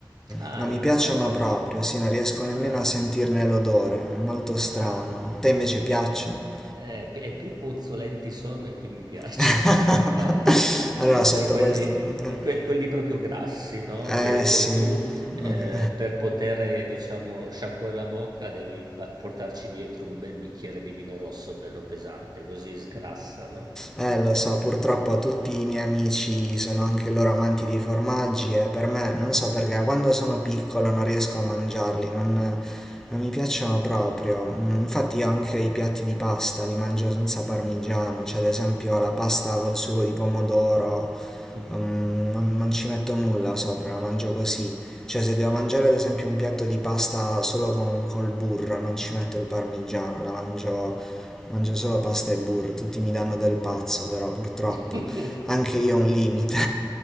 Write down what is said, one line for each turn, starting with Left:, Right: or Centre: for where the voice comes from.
Right: Ah,
Centre: non
Right: non
Centre: mi piacciono
Right: ti piacciono?
Centre: proprio, sì, non riesco nemmeno
Right: Ah.
Centre: a sentirne l'odore, è molto
Right: Ah.
Centre: strano. A te invece piacciono?
Right: Ehm, eh, p e più puzzolenti sono e più mi piacciono.
Centre: <laughs>
Right: <laughs>
Centre: Allora, sotto
Right: Sai quelli
Centre: questo... Eh
Right: que quelli proprio grassi, no,
Centre: eh,
Right: che
Centre: sì,
Right: poi tu, ehm,
Centre: vabbè.
Right: per poter, eh, diciamo, sciacquare la bocca devi ba portarci dietro un bel bicchiere di vino rosso bello pesante, così sgrassa, no?
Centre: Eh, lo so, purtroppo tutti i miei amici sono anche loro amanti di formaggi e per me, non so perché, quando sono piccolo non riesco a mangiarli, non, non mi piacciono proprio. Mm, Infatti io anche i piatti di pasta li mangio senza parmigiano, cioè ad esempio
Right: <laughs> Mh-mh-mh.
Centre: la pasta col sugo di pomodoro
Right: Mh-mh-mh.
Centre: Non, non- non ci metto nulla sopra, la mangio così. Cioè, se devo mangiare
Right: Mh. <laughs>
Centre: ad esempio un piatto di pasta solo con, col burro, non ci metto il parmigiano, la mangio, mangio solo pasta e burro. Tutti mi danno del pazzo, però purtroppo
Right: <laughs>
Centre: anche io ho un limite.